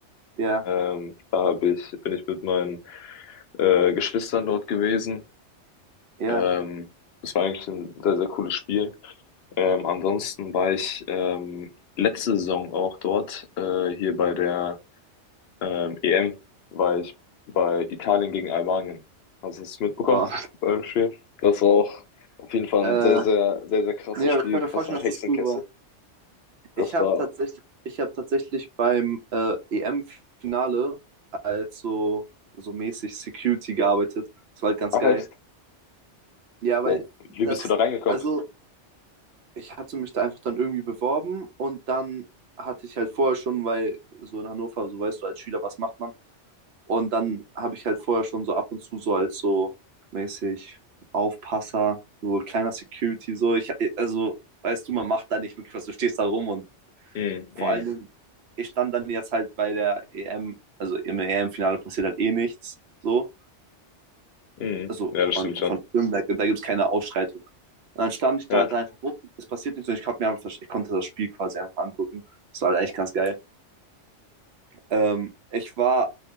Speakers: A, on the right (about 65°); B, on the left (about 65°).
A: Ja,
B: Ähm, da hab ich, bin ich mit meinen äh, Geschwistern dort gewesen.
A: ja.
B: Ähm, das war eigentlich ein sehr, sehr cooles Spiel. Ähm, ansonsten war ich ähm, letzte Saison auch dort, äh, hier bei der ähm, EM war ich bei Italien gegen Albanien. Hast du es mitbekommen
A: Oh.
B: beim Spiel? Das war auch auf jeden Fall
A: Äh,
B: ein sehr, sehr, sehr, sehr krasses
A: nee, aber
B: Spiel,
A: ich kann mir
B: krasser
A: vorstellen,
B: Hexenkessel.
A: dass das cool war.
B: Das
A: Ich habe
B: war,
A: tatsächlich, ich habe tatsächlich beim äh, EM-Finale als so, so mäßig Security gearbeitet. Das war halt ganz
B: ach
A: geil.
B: echt?
A: Ja,
B: Boah,
A: weil
B: wie
A: das,
B: bist du da reingekommen?
A: also ich hatte mich da einfach dann irgendwie beworben und dann hatte ich halt vorher schon, weil so in Hannover, so weißt du, als Schüler, was macht man? Und dann habe ich halt vorher schon so ab und zu so als so mäßig Aufpasser, so kleiner Security, so ich, also weißt du, man macht da nicht wirklich was, du stehst da rum und
B: Mhm,
A: vor
B: mhm,
A: allen Dingen, ich stand dann jetzt halt bei der EM, also im EM-Finale passiert halt eh nichts. So.
B: mhm.
A: Also
B: Ja, das
A: von,
B: stimmt schon.
A: von Stimmen, da, da gibt es keine Ausschreitung. Und dann stand ich da
B: Ja.
A: halt einfach rum, es passiert nichts und ich, hab mir einfach, ich konnte das Spiel quasi einfach angucken. Das war halt echt ganz geil. Ähm, ich war